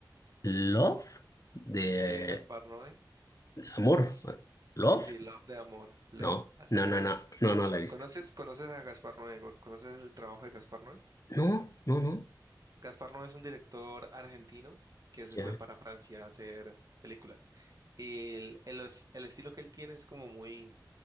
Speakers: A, on the left (about 50°); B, on the right (about 55°).
A: Love de
B: de Gaspar Noé?
A: amor. ¿Love?
B: Sí, Love de amor, Love,
A: No,
B: así
A: no,
B: se
A: no,
B: llama.
A: no, no, no la he visto.
B: ¿Conoces, conoces a Gaspar Noé? ¿Conoces el trabajo de Gaspar Noé?
A: No, no, no,
B: Gaspar no es un director argentino que se
A: ya,
B: fue para Francia a hacer películas. Y el, el es- el estilo que él tiene es como muy,